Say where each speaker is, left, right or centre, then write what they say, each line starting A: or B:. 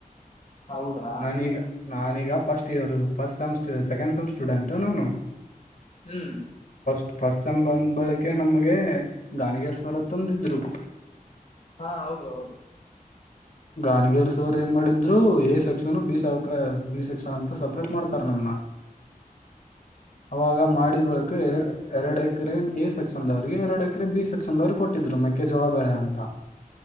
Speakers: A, on the left; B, on the left.
A: ಹೌದಾ
B: ನನೀಗ ನಾನೀಗ first year first semester second semester student ನನು
A: ಹ್ಮ್
B: ಪ ಪಶ್ಚಂಬಧ ಬಳಕೆ ನಮಗೆ ಗಾಣಗೇರ್ ಸ್ವರ ತಂದಿದ್ರು
A: ಹಾ ಹೌದು ಹೌದು
B: ಗಾನಿಗರ ಸ ಅವರ್ ಏನ ಮಾಡಿದ್ರು ಎ ಸೆಕ್ಷನ್ ಬಿ ಸಾವಕ್ರ ಬಿ ಸೆಕ್ಷನ್ ಅಂತ ಸಪ್ರೇಟ್ ಮಾಡ್ತಾರ ನಮ್ನ ಅವಾಗ ಮಾಡಿದ ಬೆಳಕು ಎರಡ ಎರಡು ಎಕರೆ ಎ ಸೆಕ್ಷನ್ದವ ಎರಡು ಎಕರೆ ಬಿ ಸೆಕ್ಷನ್ವರು ಕೊಟ್ಟಿದ್ರು ಮೆಕ್ಕೆಜೋಳ ಬೆಳೆ ಅಂತ